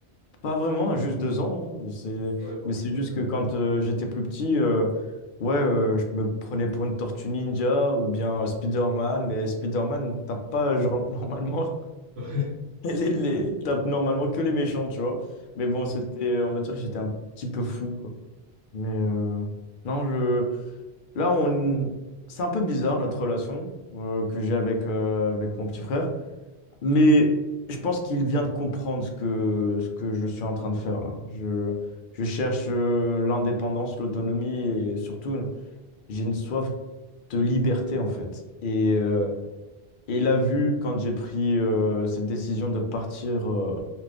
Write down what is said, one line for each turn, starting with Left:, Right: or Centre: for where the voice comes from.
Left: Pas vraiment, juste deux ans. hein. C'est...
Right: Ouais, bon,
Left: Mais
Right: comme,
Left: c'est juste
Right: euh,
Left: que quand
Right: comme moi.
Left: euh, j'étais plus petit, euh, ouais, euh, je me prenais pour une tortue ninja ou bien euh, Spider-Man. Mais Spider-Man tape pas genre, <laughs> normalement
Right: <laughs>
Left: et les, les... tape normalement que les méchants, tu vois. Mais bon, c'était, euh, on va dire que j'étais un petit peu fou, quoi. Mais euh, non, je... là, on... c'est un peu bizarre notre relation euh, que j'ai avec, euh, avec mon petit frère. Mais je pense qu'il vient de comprendre ce que, ce que je suis en train de faire là. Je, je cherche euh, l'indépendance, l'autonomie et surtout, j'ai une soif de liberté en fait. Et, euh, et il a vu quand j'ai pris euh, cette décision de partir euh,